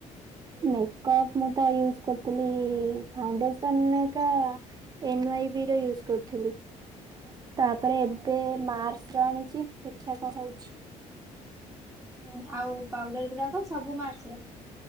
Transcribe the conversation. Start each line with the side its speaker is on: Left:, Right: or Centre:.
Right: ମେକପ ମୁଁ ତ ୟୁଜ କରିଥିଲି ଇ ଇ ଫାଉଣ୍ଡେସନ ଏକା ଏନ ୱାଇବି ର ୟୁଜ କରିଥିଲି। ତାପରେ ଏବେ ମାର୍ସ ର ଆଣିଛି, ଦେଖିବା କଣ ହଉଛି।
Centre: ହୁଁ ଆଉ ପାଉଡର ଗୁଡାକ ସବୁ ମାର୍ସ ର?